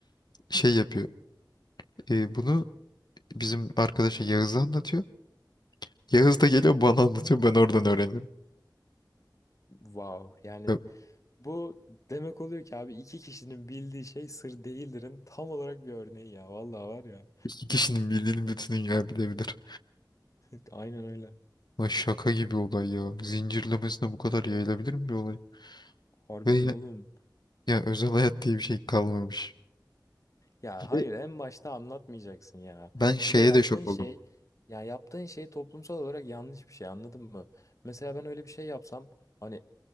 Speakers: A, on the left; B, on the left.
A: şey yapıyor. E, bunu bizim arkadaşa Yağız'a anlatıyor. Yağız da geliyor bana anlatıyor. Ben oradan öğrenirim.
B: Wow. Yani
A: Ya,
B: bu demek oluyor ki abi iki kişinin bildiği şey sır değildirin tam olarak bir örneği ya. Vallahi var ya.
A: İki kişinin bildiğini bütün dünya bilebilir.
B: <laughs> Aynen öyle.
A: Ay şaka gibi olay ya. Zincirlemesine bu kadar yayılabilir mi bir olay?
B: Harbiden
A: Ve ya,
B: oğlum.
A: ya özel hayat diye bir şey kalmamış.
B: Ya hayır
A: Ve
B: en başta anlatmayacaksın ya.
A: ben şeye
B: Bir de yaptığın
A: de şok
B: şey
A: oldum.
B: ya yaptığın şey toplumsal olarak yanlış bir şey anladın mı? Mesela ben öyle bir şey yapsam hani